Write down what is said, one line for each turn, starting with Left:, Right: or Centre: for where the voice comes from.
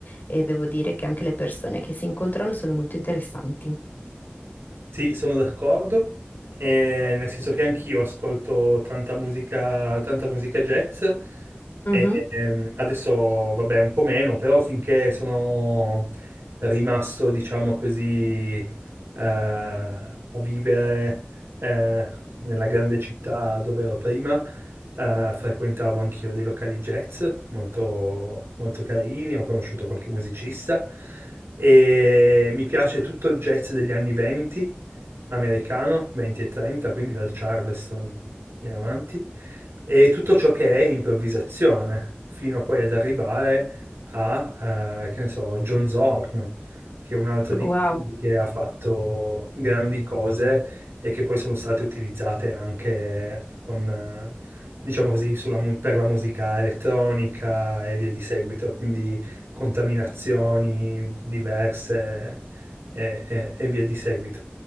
Left: e devo dire che anche le persone che si incontrano sono molto interessanti.
Right: Sì, sono d'accordo, eh, nel senso che anch'io ascolto tanta musica, tanta musica jazz,
Left: Mhm.
Right: e, ehm, adesso vabbè un po' meno, però finché sono rimasto, diciamo così, eh, a vivere eh, nella grande città dove ero prima, eh, frequentavo anch'io dei locali jazz molto, molto carini, ho conosciuto qualche musicista e mi piace tutto il jazz degli anni 20 americano, 20 e 30, quindi dal Charleston in avanti, e tutto ciò che è improvvisazione, fino poi ad arrivare a, eh, che ne so, John Zorn, che è un altro di
Left: Wow.
Right: quelli che ha fatto grandi cose e che poi sono state utilizzate anche con, eh, diciamo così, sulla mu- per la musica elettronica e via di seguito, quindi contaminazioni diverse e e- e via di seguito.